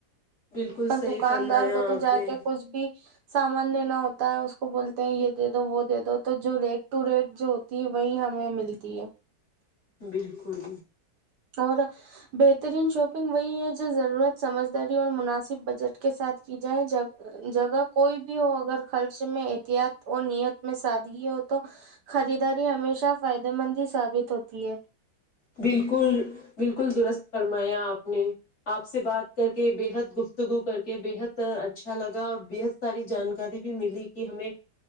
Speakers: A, on the left; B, on the right.
A: بالکل صحیح
B: اور دکاندار
A: فرمایا
B: کو تو
A: آپ
B: جا
A: نے
B: کے کچھ بھی سامان لینا ہوتا ہے اس کو بولتے ہیں یہ دے دو وہ دے دو تو جو ریٹ ٹو ریٹ جو ہوتی ہے وہی ہمیں ملتی تی ہے <unintelligible>
A: بالکل
B: اور بہترین شاپنگ وہی ہے جو ضرورت سمجھداری اور مناسب بجٹ کے ساتھ چی جیں ج جگہ کوئی بھی ہو اگر خرچ میں احتیاط اور نیت میں سادگی ہو تو خریداری ہمیشہ فائدے مند ہی ثابت ہوتی ہے
A: بالکل بالکل درست فرمایا آپ نے آپ سے بات کر کے بےحد گفتگو کر کے بےحد اچھا لگا اور بےحد ساری جانکاری بھی ملی کہ ہمیں